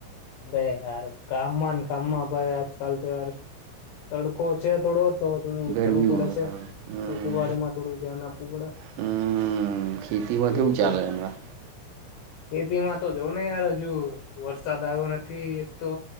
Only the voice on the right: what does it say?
ગરમી
હોય.
હમ.
હમ. ખેતીમાં
કેવું
ચાલે હમણાં